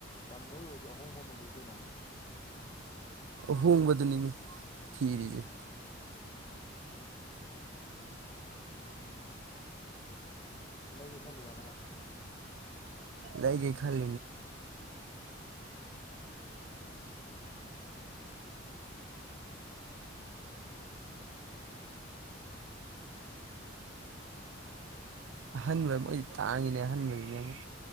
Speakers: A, on the left (about 30°); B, on the right (about 80°).
A: ꯇꯝꯕꯩ ꯑꯣꯏꯗꯤ ꯑꯍꯣꯡꯕ ꯑꯃ ꯂꯩꯌꯨ ꯀꯩꯅꯣ
B: ꯍꯣꯡꯣꯡꯕꯗꯅꯤꯅꯤ ꯈꯔꯤꯖ
A: ꯂꯩꯒꯦ ꯈꯜꯂꯤꯔꯕ ꯅꯪ
B: ꯂꯩꯒ ꯈꯜ
A: ꯂꯩꯌꯣ ꯂꯩꯌꯣ
B: ꯑꯍꯟꯕ ꯃꯣꯏꯗꯤ ꯇꯥꯡꯉꯤꯅꯦ ꯑꯍꯟꯕꯁꯤꯅꯦ ꯑꯃꯨꯛ